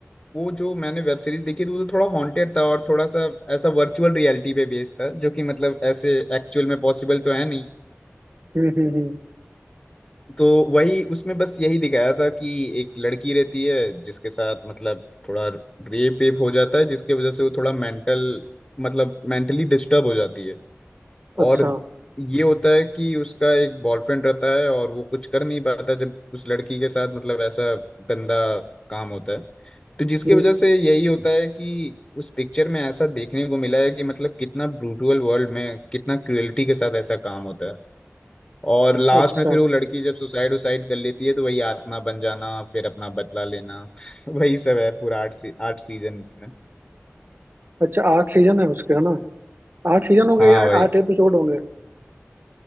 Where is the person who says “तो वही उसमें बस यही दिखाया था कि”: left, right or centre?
Left